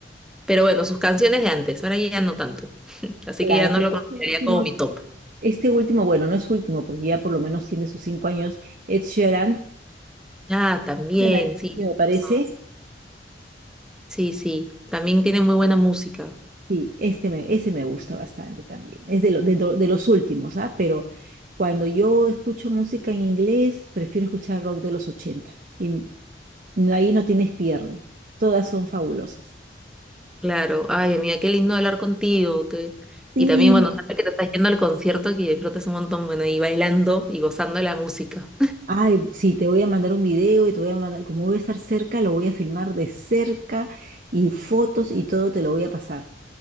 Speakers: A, in the centre; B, on the right (about 50°).
A: pero bueno, sus canciones de antes, ahora ya no tanto, <laughs> así
B: Claro,
A: que ya no
B: pero
A: lo consideraría
B: este último,
A: como mi top.
B: este último, bueno, no es último, porque ya por lo menos tiene sus cinco años, Ed Sheeran,
A: Ah, también,
B: canadiense,
A: sí,
B: me
A: tienes
B: parece,
A: razón. sí, sí, también tiene muy buena música.
B: Sí, este me, ese me gusta bastante también. Es de, lo- de, do- de los últimos, ¿ah? Pero cuando yo escucho música en inglés, prefiero escuchar rock de los 80. Y n- ahí no tienes pierde. Todas son fabulosas.
A: Claro, ay amiga, qué lindo hablar contigo, que...
B: Sí.
A: y también bueno, sabes que te estás yendo al concierto, que disfrutes un montón, bueno, y bailando y gozando de la música.
B: Ay, sí, te voy a mandar un video y te voy a mandar, y como voy a estar cerca, lo voy a filmar de cerca y fotos y todo te lo voy a pasar.